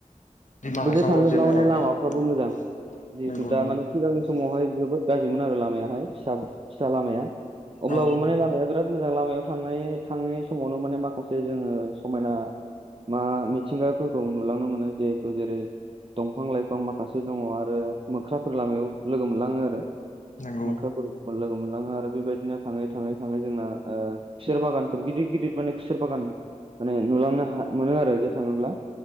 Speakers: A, on the left; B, on the right.
A: दिमा
B: बोजों
A: हासाव
B: थाङोब्ला
A: जिल्लायाव
B: माने
A: आरोना
B: लामाफ्राबो
A: औ
B: मोजां जिहेतु
A: नंगौ
B: दा
A: नंगौ
B: माने सिगांनि समावहाय जोबोद गाज्रिमोन आरो लामायाहाय फिसा फिसा लामाया अब्लाबो
A: औ
B: माने लामाया बिराद बिराद मोजां लामायाव थांनाय थांनाय समावनो माने माखासे जोङो समायना मा मिथिंगाफोरखौ नुलांनो मोनो जिहेथु जेरै दंफां लाइफां माखासे दङ आरो मोख्राफोर लामायाव लोगो मोनलाङो आरो
A: नंगौ
B: मोख्राफोरखौ लोगो मोनलाङो आरो बेबायदिनो थाङै थाङै थाङै जोंना ओ खुसेर बागानफोर गिदिर गिदिर माने खुसेर बागान माने नुलांनो मोनो आरो जे थाङोब्ला